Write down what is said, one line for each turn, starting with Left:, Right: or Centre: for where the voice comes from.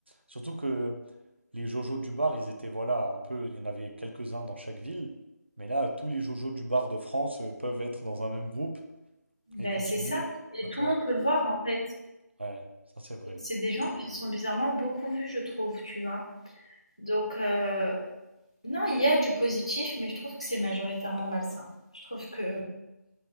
Right: surtout que les Jojo du bar, ils étaient voilà un peu, il y en avait quelques-uns dans chaque ville, mais là, tous les Jojo du bar de France euh, peuvent être dans un même groupe
Left: Ben,
Right: et continuer.
Left: c'est ça. Et
Right: Enfin,
Left: tout
Right: tu vois.
Left: le monde peut le voir, en fait.
Right: Ouais, ça c'est vrai.
Left: C'est des gens qui sont bizarrement beaucoup vus, je trouve, tu vois. Donc, euh, non, il y a du positif, mais je trouve que c'est majoritairement malsain. Je trouve que.